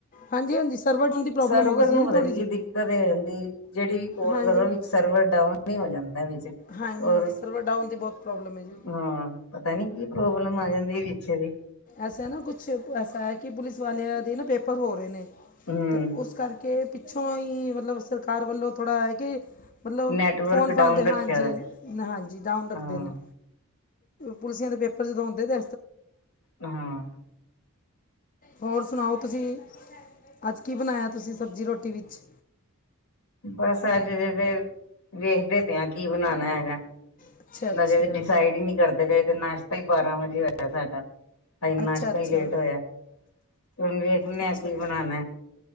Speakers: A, on the left; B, on the left.
A: ਹਾਂਜੀ ਹਾਂਜੀ ਸਰਵਰ ਡਾਊਨ ਦੀ ਪ੍ਰੋਬਲਮ
B: ਸਰਵਰ
A: ਹੋ ਗਈ ਸੀ
B: ਨੂੰ
A: ਜੀ
B: ਪਤਾ
A: ਥੋੜ੍ਹੀ
B: ਨੀ
A: ਜਿਹੀ
B: ਕੀ ਦਿੱਕਤ ਇਹ ਹਦੀ ਜਿਹੜੀ ਵੀ ਕੋਲ
A: ਹਾਂਜੀ
B: ਕਰੋ ਸਰਵਰ ਡਾਊਨ ਨੁੰ ਜਾਂਦਾ ਵਿੱਚ
A: ਹਾਂਜੀ
B: ਔਰ
A: ਹਾਂਜੀ ਸਰਵਰ ਡਾਊਨ ਦੀ ਬਹੁਤ ਪ੍ਰੋਬਲਮ ਹੈ ਜੀ
B: ਹਾਂ ਪਤਾ ਨੀ ਕੀ ਪ੍ਰੋਬਲਮ ਆ ਜਾਂਦੀ ਵਿਚ ਦੀ
A: ਐਸਾ ਨਾ ਕੁਛ ਐਸਾ ਹੈ ਕਿ ਪੁਲਿਸ ਵਾਲਿਆਂ ਦੇ ਨਾ ਪੇਪਰ ਹੋ ਰਹੇ ਨੇ
B: ਹਮ
A: ਤੇ ਉਸ ਕਰਕੇ ਪਿੱਛੋਂ ਹੀ ਮਤਲਬ ਸਰਕਾਰ ਵੱਲੋਂ ਥੋੜ੍ਹਾ ਹੈ ਕਿ ਮਤਲਬ
B: ਨੈਟਵਰਕ
A: ਫੋਨ
B: ਡਾਊਨ
A: ਫਦੇ ਹਾਂਜੀ
B: ਰੱਖਿਆ ਦਾ
A: ਹਾਂਜੀ ਡਾਊਨ ਰੱਖਦੇ
B: ਹਾਂ
A: ਨੇ ਪੁਲਿਸੀਆਂ ਦੇ ਪੇਪਰ ਜਦੋਂ ਹੁੰਦੇ ਤੇ
B: ਹਾਂ
A: ਹੋਰ ਸੁਣਾਓ ਤੁਸੀਂ ਅੱਜ ਕੀ ਬਣਾਇਆ ਤੁਸੀਂ ਸਬਜ਼ੀ ਰੋਟੀ ਵਿੱਚ
B: ਬਸ ਅਜੇ ਤੇ ਵੇਖਦੇ ਪਏ ਆ ਕੀ ਬਣਾਉਣਾ ਹੈਗਾ।
A: ਅੱਛਾ ਅੱਛਾ
B: ਅਜੇ ਡਿਸਾਈਡ ਹੀ ਨੀ ਕਰਦੇ ਤੇ, ਨਾਸ਼ਤਾ ਹੀ ਬਾਰਾਂ ਵਜੇ ਹੋਇਆ ਸਾਡਾ। ਅੱਜ ਨਾਸ਼ਤਾ
A: ਅੱਛਾ ਅੱਛਾ
B: ਹੀ ਲੇਟ ਹੋਇਆ, ਤੇ ਹੁਣ ਵੇਖਦੇ
A: ਅੱਛਾ
B: ਆ ਕੀ
A: ਅੱਛਾ।
B: ਬਣਾਉਣਾ।